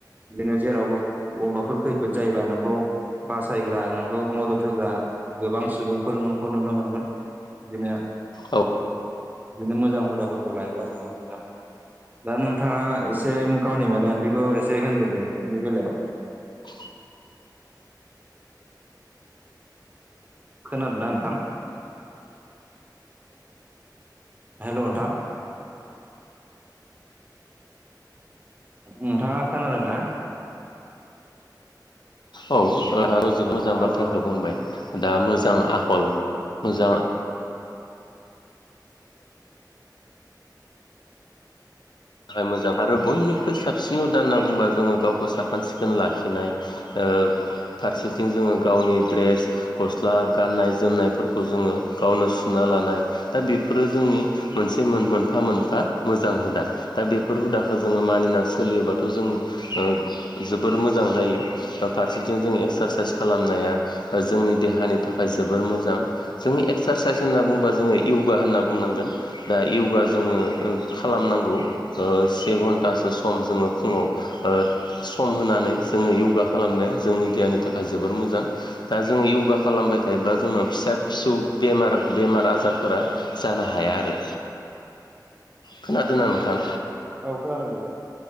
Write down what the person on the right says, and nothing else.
बिदिनो जेरावबो अबाफोर खैफोद जायोबा नोंखौ बासायग्रा नोंखौ मदद होग्रा गोबां सुबुंफोर नोंखौ नुनो मोनगोन बिदिनो
बिदिनो मोजां हुदाफोरखौ लायोबा जों मोजां। दा नोंथाङा एसे गावनि मोनदांथिखौ एसे होनदो दे बेफोरनि बेलायाव।
खोनादों ना नोंथां? हेल' नोंथां। नोंथाङा खोनादोंना?
औ
औ
औ खोनादों दे